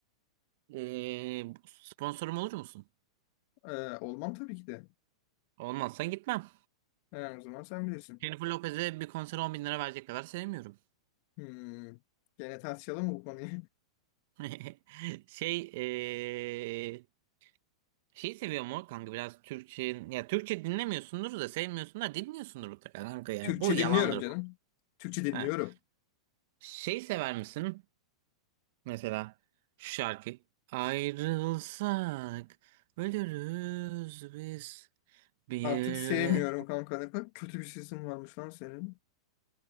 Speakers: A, on the right; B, on the left.
A: Ee, sponsorum olur musun?
B: Ee, olmam tabii ki de.
A: Olmazsan gitmem.
B: He, o zaman sen bilirsin.
A: Jennifer Lopez'e bir konsere 10 bin lira verecek kadar sevmiyorum.
B: Hmm. Gene tartışalım mı bu konuyu?
A: <laughs> Şey ee, şeyi seviyor mu kanka biraz Türkçe ya Türkçe dinlemiyorsundur da sevmiyorsunlar dinliyorsundur mutlaka kanka
B: <laughs>
A: yani
B: Türkçe
A: bu yalandır.
B: dinliyorum canım. Türkçe dinliyorum.
A: Ha. Şey sever misin? Mesela şu şarkı. Ayrılsak ölürüz biz bir
B: Artık sevmiyorum
A: ve...
B: kanka. Ne kadar kötü bir sesin varmış lan senin.